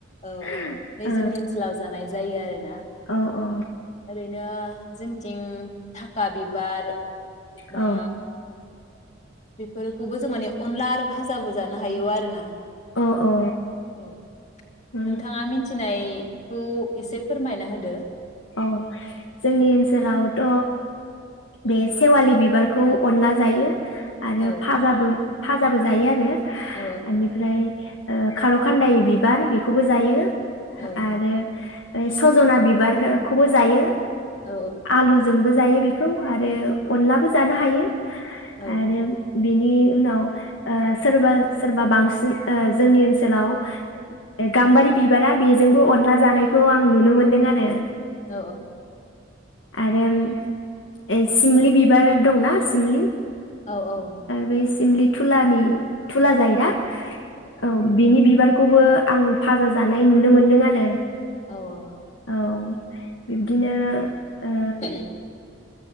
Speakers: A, on the left; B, on the left.
A: औ औ
B: ओ
A: नै जोंनि ओनसोलाव जानाय जायो आरोना
B: औ औ
A: ओरैनो जोंथिं थाखा बिबार
B: औ
A: बा बेफोरखौबो जों माने अनला आरो भाजाबो जानो हायो आरो ना।
B: औ औ
A: औ
B: उम
A: नोंथाङा मिथिनाय खौ एसे फोरमायना होदो।
B: औ जोंनि ओनसोलावथ बे सेवालि बिबारखौ अनला जायो। आरो
A: औ
B: फाजाबो फाजाबो जायो आरो।
A: औ
B: आनिफ्राय। ओ खार खान्दायनि बिबार बेखौबो जायो।
A: औ
B: आरो औय सजना बिबाररो खौबो जायो।
A: औ
B: आलु जोंबो जायो बिखौ आरो अनलाबो जानो हायो
A: औ
B: आरो बिनि उनाव ओ सोरबा सोरबा बांसिन ओ जोंनि ओनसोलाव ओ गाम्बारि बिबारा बेजोंबो अनला जानायखौ आं नुनो मोनदों आरो
A: औ
B: आरोम ए सिमलि बिबार दंना सिमलि
A: औ औ
B: बै सिमलि थुलानि थुला जायोना औ बिनि बिबार खौबो आं फाजा जानाय नुनो मोन्दों आरो
A: औ
B: औ बिबदिनो ओ
A: <unintelligible>